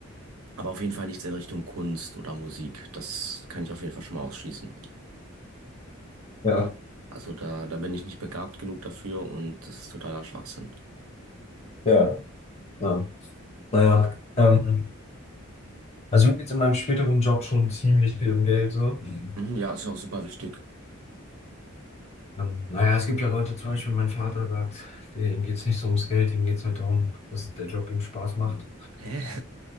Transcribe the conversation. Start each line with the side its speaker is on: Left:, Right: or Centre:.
Right: aber auf jeden Fall nichts in Richtung Kunst oder Musik. Das kann ich auf jeden Fall schon mal ausschließen.
Left: Ja,
Right: Also da, da bin ich nicht begabt genug dafür und das ist totaler Schwachsinn.
Left: ja, ja. Naja, ähm, also mir geht es in meinem späteren Job schon ziemlich viel um Geld so. Mhm.
Right: Mhm, ja, ist ja auch super wichtig.
Left: Ähm, naja, es gibt ja Leute, zum Beispiel mein Vater sagt, der, ihm geht es nicht so ums Geld, ihm geht es halt darum, dass der Job ihm Spaß macht,
Right: Hä?